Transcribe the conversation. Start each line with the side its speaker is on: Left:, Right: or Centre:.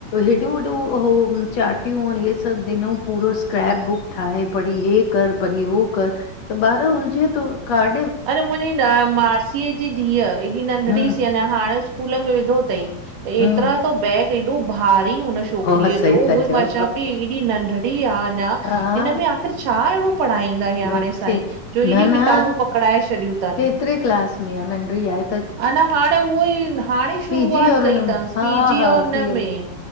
Left: हेडो वडो हो चाटियूं और इह्ये सभु ॾिनऊ पूरो स्क्रेप बुक ठाहे पढ़ी हे कर पढी हो कर त ॿार उलझे तो कार्ड
Right: अडरे मुंजी न मासीअ जी धीअ एॾी नंढड़ी
Left: हूं
Right: सीं अञां हाणे स्कूल स्कूल में विधो तई त
Left: हम्म
Right: एतिरा तो बैग एॾो भारी उन छोकिरीअ
Left: हा सही
Right: जो उहोई
Left: था चओ
Right: मां चवां पई एॾी नंढड़ी आ अंञां
Left: हा
Right: हिनमें आख़िर छा अहिड़ो पढ़ाईंदा हे
Left: बसि
Right: हाणे स साईं जो हेॾियूं
Left: न
Right: किताबूं
Left: न
Right: पकड़ाए छॾियूं तनि,
Left: केतिरे क्लास में आ नंढड़ी आहे
Right: अना हाणे त उहोई हाणे शुरूआत
Left: पी जी और
Right: कई
Left: हुनमें,
Right: अथसि
Left: हा-
Right: पीजी
Left: हा
Right: और हुन
Left: पियो।
Right: में